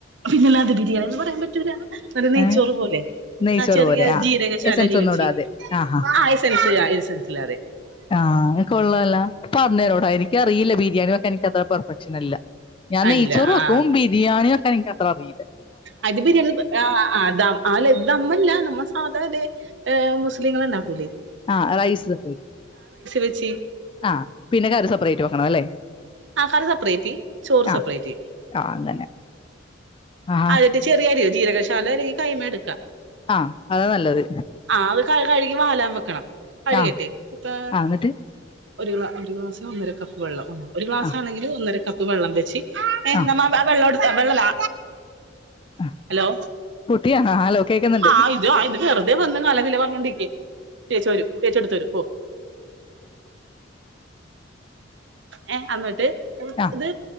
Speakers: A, on the right; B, on the left.
A: പിന്നല്ലാതെ ബിരിയാണിന്ന് പറയാൻ പറ്റൂല അത് നെയ്ച്ചോറ്
B: ഏ
A: പോലെ
B: നെയ്ച്ചോറ്
A: ആ ചെറിയ
B: പോലെ ആ
A: ജീരകശാല
B: എസൻസ്
A: അരി
B: ഒന്നും
A: വെച്ച്
B: ഇടാതെ ആഹാ
A: ആ ഐസെൻസ് ഐസെൻസ്സ്ലാതേ
B: ആ കൊള്ളാല്ല പറഞ്ഞരോടായി ഇക്കി അറിയില്ല ബീരിയാന എനിക്ക് അതാ പെർഫെക്ഷൻനല്ല ഞാൻ
A: അല്ല
B: നെയ്ച്ചോറ് വെക്കും
A: ആ
B: ബിരിയാണി വെക്കാൻ ഇ റബ്
A: അത് ബിരിയാണിൽ പ യാ അത് ആ ആല് ഇതമ്മല്ല നമ്മൾ സാതദേ ഏ മുസ്ലിങ്ങളെണ്ണാക്കൂലി
B: ആ റൈസ്
A: വെച്ച്
B: ആ പിന്നെ കറി സപ്പറേറ്റ് വെക്കണം അല്ലേ
A: ആ കറി സപ്പറേറ്റി ചോറ്
B: ആ
A: സപ്പറേറ്റി
B: ആ അങ്ങനെ ആ
A: അതിട്ട് ചെറിയരി ജീരകശാല അരി കൈമ എടുക്കാം
B: ആ അതാ നല്ലത്
A: ആ അത് ക കഴുകി വാലാം വെക്കണം കഴുകിട്ടെ
B: ആ
A: ഇപ്പോ
B: ആ എന്നിട്ട്
A: ഒരു ഗ്ലാ ഒരു ഗ്ലാസ് ഒന്നര കപ്പ് വെള്ളം ഒരു ഗ്ലാസ്
B: ആ
A: ആണെങ്കിൽ ഒന്നര കപ്പ് വെള്ളം വച്ചി ഏ <unintelligible> എ
B: ആ
A: വെള്ളമാ
B: ആ
A: ഹലോ
B: കുട്ടി ആ ഹലോ കേൾക്കുന്നുണ്ട്
A: ആ ഇത് വെറുതെ വന്ന് കല വില പറഞ്ഞോണ്ട് ട്ട്യേ തേച്ച് വരും തേച്ച് എടുത്ത് വരും പോ <inaudible> ഏ അന്നിട്ട്
B: ആ
A: ഇത്